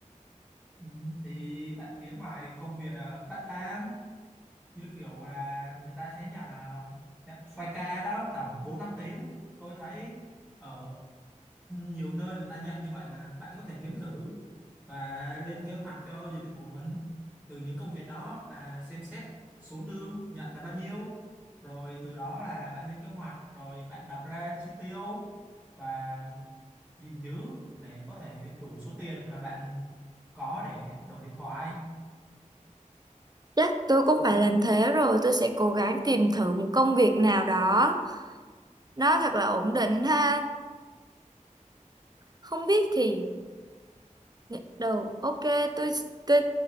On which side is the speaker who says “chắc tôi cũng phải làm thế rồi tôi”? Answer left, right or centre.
Right